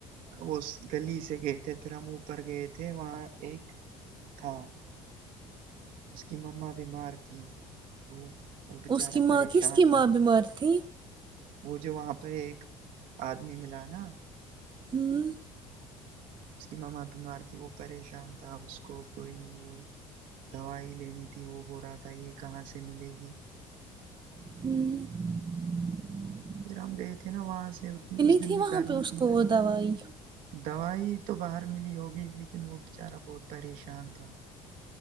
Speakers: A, on the right; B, on the right.
A: وہ گلی سے گئے تھے پھر ہم پر گئے تھے وہاں ایک تھا اس کی مما بیمار تھی بہت وہ بیچارہ
B: اس کی
A: پریشان
B: ماں کس کی
A: تھا
B: ماں بیمار تھی
A: وہ جو وہاں پہ ایک آدمی ملا نا
B: ہوں
A: اس کی ماما بیمار تھی وہ پریشان تھا اس کو کوئی وہ دوائی لینی تھی وہ بول رہا تھا یہ کہاں سے ملے گی
B: ہوں
A: پھر ہم گئے تھے نا وہاں سے اس
B: تھی
A: دن بھی
B: وہاں
A: گرمی
B: پہ اس
A: تھی
B: کو وہ دوائی
A: دوائی تو باہر ملی ہوگی لیکن وہ بچارا بہت پریشان تھا